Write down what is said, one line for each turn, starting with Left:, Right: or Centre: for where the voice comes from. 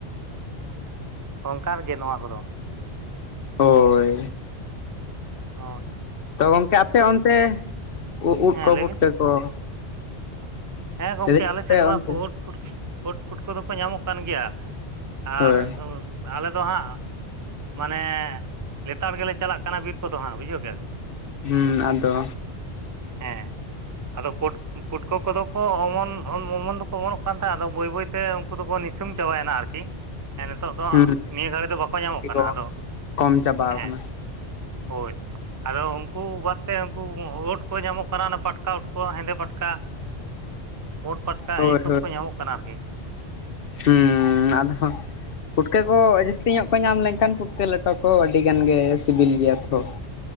Right: ᱚᱝᱠᱟᱱ ᱜᱮ ᱱᱚᱣᱟ ᱦᱚᱨᱚᱼᱼ
Left: ᱦᱳᱭ
Right: ᱦᱚᱭ,
Left: ᱛᱚ ᱜᱚᱝᱠᱮ ᱟᱯᱮ ᱚᱱᱛᱮ ᱩ ᱩᱫ
Right: ᱦᱮᱸ
Left: ᱠᱚ
Right: ᱞᱟᱹᱭ
Left: ᱯᱩᱴᱠᱟᱹ
Right: ᱵᱤᱱ
Left: ᱠᱚ
Right: ᱦᱮᱸ ᱜᱚᱝᱠᱮ
Left: ᱞᱟᱹᱭᱫᱟᱞᱤᱧ
Right: ᱟᱞᱮ
Left: ᱟᱯᱮ
Right: ᱥᱟᱹᱭᱤᱰ ᱢᱟ
Left: ᱚᱱᱛᱮ
Right: ᱯᱩ ᱩᱰᱼᱯᱩᱰᱩᱠ ᱩᱫ ᱯᱩᱴᱠᱟᱹ ᱫᱚᱠᱚ ᱧᱟᱢᱚᱜ ᱠᱟᱱ ᱜᱮᱭᱟ ᱾ ᱟᱨ
Left: ᱦᱳᱭ
Right: ᱦᱩᱢ ᱟᱞᱮ ᱫᱚ ᱦᱟᱸᱜ ᱢᱟᱱᱮ ᱞᱮᱛᱟᱲ ᱜᱮᱞᱮ ᱪᱟᱞᱟᱜ ᱠᱟᱱᱟ ᱵᱤᱨ ᱠᱚᱫᱚ ᱦᱟᱸᱜ ᱵᱩᱡᱷᱟᱹᱣ ᱠᱮᱜ-ᱟ ᱵᱤᱱ ᱾
Left: ᱦᱩᱸ ᱟᱫᱚ
Right: ᱦᱮᱸ ᱟᱫᱚ ᱯᱩᱴᱩᱠ ᱯᱩᱴᱩ ᱠᱚᱫᱚ ᱠᱚ ᱚᱢᱚᱱ, ᱚᱱᱼᱚᱢᱚᱱ ᱫᱚᱠᱚ ᱚᱢᱚᱱᱚᱜ ᱠᱟᱱ ᱛᱟᱦᱮᱸᱜᱼᱟ, ᱟᱫᱚ ᱵᱟᱹᱭ ᱵᱟᱹᱭᱛᱮ ᱩᱝᱠᱩ ᱫᱚᱠᱚ ᱱᱤᱥᱩᱢ ᱪᱟᱵᱟᱭᱮᱱᱟ ᱟᱨᱠᱤ ᱾ ᱦᱮᱸ ᱱᱤᱛᱚᱜ ᱫᱚ
Left: ᱦᱩᱸ
Right: ᱱᱤᱭᱟᱹ ᱜᱷᱟᱹᱲᱤ ᱫᱚ ᱵᱟᱠᱚ ᱧᱟᱢᱚᱜ ᱠᱟᱱᱟ,
Left: ᱠᱚ
Right: ᱟᱫᱚ
Left: ᱠᱚᱢ ᱪᱟᱵᱟᱣ
Right: ᱦᱮᱸ᱾
Left: ᱠᱟᱱᱟ
Right: ᱦᱳᱭ ᱟᱫᱚ ᱩᱝᱠᱩ ᱵᱟᱫᱽ ᱛᱮ ᱩᱝᱠᱩ ᱠᱳᱸ ᱳᱴ ᱠᱚᱨᱮ ᱧᱟᱢᱚᱜ ᱠᱟᱱᱟ ᱚᱱᱟ ᱯᱟᱴᱠᱟ ᱩᱫ ᱠᱚ ᱦᱮᱸᱫᱮ ᱯᱟᱴᱠᱟ, ᱯᱳᱸᱰ ᱯᱟᱴᱠᱟ
Left: ᱦᱳᱭ
Right: ᱮᱭ ᱥᱚᱵ ᱠᱚ ᱧᱟᱢᱚᱜ ᱠᱟᱱᱟ ᱟᱨᱠᱤ ᱾
Left: ᱦᱩᱸᱻ ᱟᱫᱚ ᱦᱚᱸ ᱯᱩᱴᱠᱟᱹ ᱠᱚ ᱡᱟᱹᱥᱛᱤ ᱧᱚᱜ ᱠᱚ ᱧᱟᱢ ᱞᱮᱝᱠᱷᱟᱱ ᱯᱩᱴᱠᱟᱹ ᱞᱮᱴᱚ ᱠᱚ ᱟᱹᱰᱤ ᱜᱟᱱ ᱜᱮ ᱥᱤᱵᱤᱞ ᱜᱮᱭᱟ ᱛᱷᱚ᱾